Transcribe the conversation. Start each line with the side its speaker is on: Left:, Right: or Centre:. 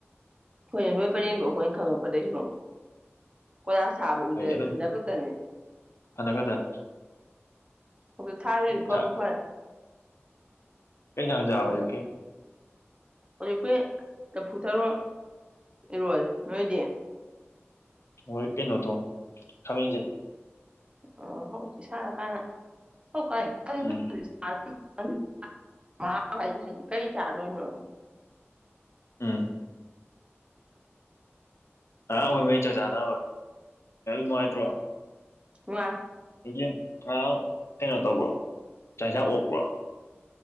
Right: ꯑꯩꯈꯣꯏꯅ ꯅꯣꯏ ꯄꯔꯦꯡꯗ ꯑꯩꯈꯣꯏꯅ ꯈꯪꯉꯛꯄꯗꯒꯤꯩꯁꯨ ꯀꯣꯏꯔꯥ ꯁꯥꯕ ꯎꯗ꯭ꯔꯦ
Left: ꯍꯣꯏ ꯑꯗꯨꯝ
Right: ꯍꯟꯗꯛ ꯈꯛꯇꯅꯦ
Left: ꯍꯟꯗꯛ ꯈꯛꯇꯪ
Right: ꯍꯧ ꯊꯥꯔꯤꯔꯣ ꯐꯕ
Left: ꯆꯥꯛ
Right: ꯐꯔꯦ
Left: ꯌꯥꯖꯕ ꯌ ꯀꯦ
Right: ꯍꯧꯖꯤꯛꯈꯨꯣꯏ ꯆꯐꯨꯊꯔꯣ ꯏꯔꯣꯦ ꯅꯣꯏꯗꯤ
Left: ꯍꯣꯏ ꯀ ꯅꯠꯇ ꯈꯃꯤꯖ
Right: ꯑꯣ ꯍ ꯄ ꯁꯅ ꯀꯅ ꯍ ꯀꯥꯏ ꯝ
Left: ꯎꯝ
Right: ꯊꯝ ꯃꯥ ꯍꯥꯏꯗꯤ ꯍꯥꯏꯗꯤ ꯀꯔꯤ ꯆꯥꯔꯗꯣꯏꯅꯣꯣ <unintelligible> <inaudible>
Left: ꯎꯝ ꯑ ꯎꯃꯤ ꯆꯖꯥꯟꯣ ꯃꯥꯏꯇ ꯋꯥ
Right: ꯋꯥ
Left: ꯍꯡ ꯉꯥꯡ ꯀꯩꯅꯣ ꯇꯧꯕ꯭ꯔꯣ ꯆꯪꯁꯥꯡ ꯑꯣꯛꯄ꯭ꯔꯣ